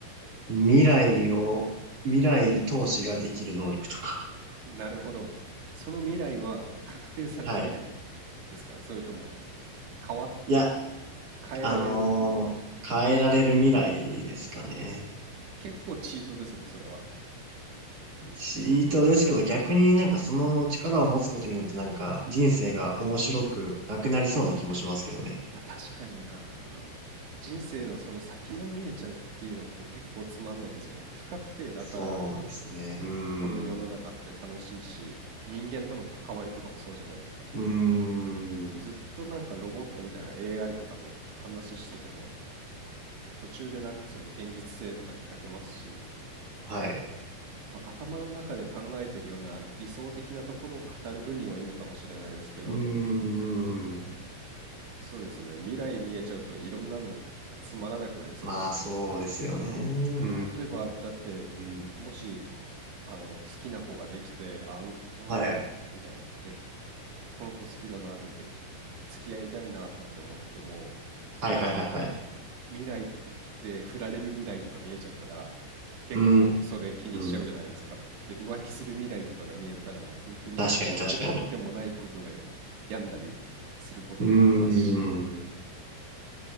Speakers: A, on the right (about 35°); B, on the right (about 60°).
A: 未来を、未来投資ができる能力とか。
B: なるほどその未来は確定された未来ですですかそれとも
A: はい。
B: 変わ
A: いや、
B: 変えられる
A: あのー変えられる未来ですかね。
B: 結構チートですねそれは
A: チートですけど、逆になんかその力を持つことによってなんか人生が面白くなくなりそうな気もしますけどね。
B: まあ、確かにな。人生のその先が見えちゃうっていうのって結構つまんないですよね。不確定だから
A: そうですね。うーん。
B: この世の中って楽しいし、
A: う
B: 人間との関わりとかもそうじゃないですか。
A: ーん。
B: ずっとなんかロボットみたいな AI とかと話してても、途中でなんかその現実性とかに欠けますし、
A: はい。
B: まあ、頭の中で考えてるような理想的なところを語る分にはいいのかもしれないですけど、
A: うーん。
B: そうですね。未来見えちゃうといろんなのがつまらなくなりそうですね。
A: まあそうですよね。うー
B: 例えば、だって、
A: ん。
B: もし、あの、好きな子ができて、あ、う、うわーみたいな。
A: はい。
B: で、この子好きだなと思って、付き合いたいなとかって思っても、その、
A: はいはいはいはい。
B: 未来ってで、振られる未来とか見えちゃったら、結構それ気にしちゃうじゃないですか。
A: うーん。
B: で、浮気する未来とかが見えたら、もう本当に怒ってもないことで病んだりすることもありますし。
A: 確かに確かに。うーん。